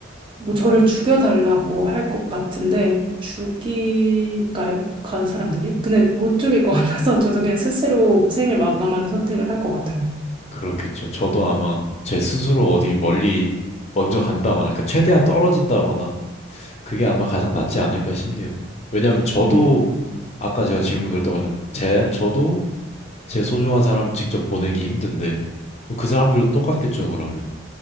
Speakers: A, on the right; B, on the left.
A: 뭐 저를 죽여달라고 할 것 같은데 죽일까요? 간 사람들이? 근데 못 죽일 것 <laughs> 같아서 저도 그냥 스스로 생을 마감하는 선택을 할 것 같아요.
B: 그렇겠죠. 저도 아마 제 스스로 어디 멀리 먼저 간다거나, 그러니까 최대한 떨어진다거나, 그게 아마 가장 낫지 않을까 싶네요. 왜냐하면 저도,
A: 음,
B: 아까 제가 질문 드렸던 것처럼, 제, 저도 제 소중한 사람을 직접 보내기 힘든데, 그 사람들도 똑같겠죠, 그러면.